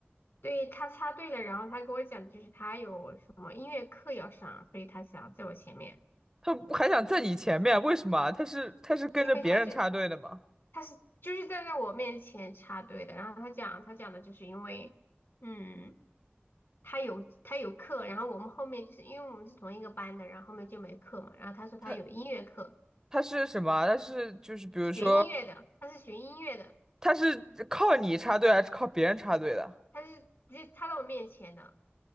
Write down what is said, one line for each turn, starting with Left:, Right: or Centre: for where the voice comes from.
Left: 对，她插队了，然后她跟我讲，就是她有什么音乐课要上，所以她想在我前面，
Right: 他还想在你前面，为什么啊他是他是跟着别人插队的吗？
Left: 因为她就。他是就是站在我面前插队的，然后他讲他讲的就是因为，嗯，他有他有课，然后我们后面就是因为我们是同一个班的，然后后面就没课嘛，然后他说他有音乐课，
Right: 他他是什么啊他是就是比如说，
Left: 学音乐的，他是学音乐的，
Right: 他是靠你插队还是靠别人插队的？
Left: 他是直接插到我面前的，